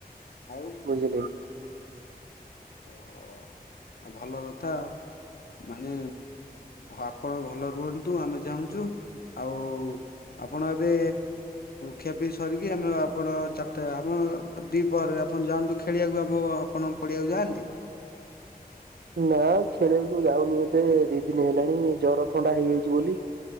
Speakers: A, on the left; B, on the right.
A: ଆଉ।
B: ବୁଝିଲି।
A: ଓହୋ ଆଉ ଭଲ କଥା। ମାନେ ଆପଣ ଭଲ ରୁହନ୍ତୁ ଆମେ ଚାହୁଁଛୁ ଆଉ ଆପଣ ଏବେ ଖିଆପି ସରିକି ଆମେ ଆପଣ ଚାରିଟା ଆମ ଦିପହରେ ଆପଣ ଯାଆନ୍ତୁ ଖେଳିବାକୁ ଆମ ଆପଣ ପଡିଆକୁ ଯାଆନ୍ତି।
B: ନା ଖେଳିବାକୁ ଯାଉନି ଏବେ ଦି ଦିନ ହେଲାଣି ଜର ଥଣ୍ଡା ହେଇଯାଇଛି ବୋଲି।